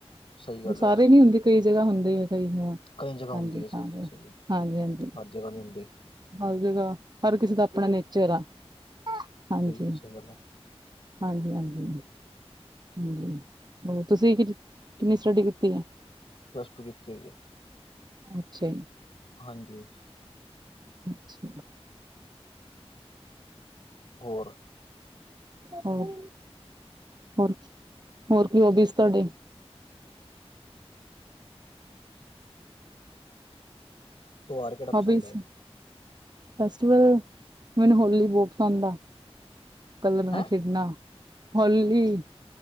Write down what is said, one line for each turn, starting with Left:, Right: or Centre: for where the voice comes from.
Left: ਸਹੀ ਗੱਲ
Right: ਸਾਰੇ
Left: ਹੈ
Right: ਨੀ ਹੁੰਦੇ ਕਈ ਜਗ੍ਹਾ ਹੁੰਦੇ ਐ ਕਈ ਤਾਂ।
Left: ਕਈ ਜਗ੍ਹਾ
Right: ਹਾਂਜੀ
Left: ਹੁੰਦੀ ਐ ਸਈ ਜੀ ਸਈ ਹਰ
Right: ਹਾਂਜੀ ਹਾਂਜੀ
Left: ਜਗ੍ਹਾ ਨੀ ਹੁੰਦੀ।
Right: ਹਰ ਜਗ੍ਹਾ ਹਰ ਕਿਸੇ ਦਾ ਅਪਣਾਂ ਨੇਚਰ ਆ ਹਾਂਜੀ।
Left: ਬਿਲਕੁਲ ਸਹੀ ਗੱਲ ਹੈ
Right: ਹਾਂਜੀ-ਹਾਂਜੀ। ਹਾਂਜੀ ਹੋ ਤੁਸੀਂ ਕਿ ਕਿੰਨੀ ਸਟੱਡੀ ਕੀਤੀ ਐ?
Left: ਪੱਲਸ ਟੁ ਕੀਤੀ ਹੋਈ ਏ।
Right: ਅੱਛਾ ਈ।
Left: ਹਾਂਜੀ।
Right: <inaudible>
Left: ਹੋਰ
Right: ਹੋਰ, ਹੋਰ, ਹੋਰ ਕੀ ਹੋਬੀਸ ਤੁਆਡੇ?
Left: ਤਿਉਹਾਰ ਕਿਹੜਾ ਪਸੰਦ
Right: ਹੋਬੀਸ
Left: ਹੈ
Right: ਫੈਸਟੀਵਲ ਮੈਨੂੰ ਹੋਲੀ ਬੋ ਪਸੰਦ ਆ। ਕਲਰ ਨਾਲ
Left: ਹੈਂ
Right: ਖੇਡਨਾ ਹੋਲੀ।